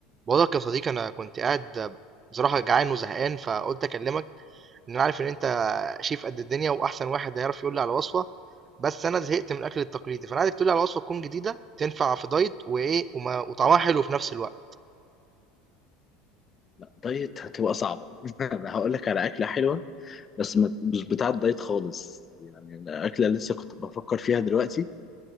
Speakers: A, on the right; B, on the left.
A: بقولك يا صديقي انا كنت قاعد بصراحه جعان وزهقان فقلت اكلمك ان انا عارف ان انت شيف قد الدنيا واحسن واحد هيعرف يقول لي على وصفه بس انا زهقت من الاكل التقليدي فانا عايزك تقول لي على وصفه تكون جديده تنفع في دايت وايه وما وطعمها حلو في نفس الوقت
B: لا دايت هتبقى صعبة <laughs> أنا هقول لك على أكلة حلوة بس ما- مش بتاعة دايت خالص يعني الأكلة اللي لسه كنت بفكر فيها دلوقتي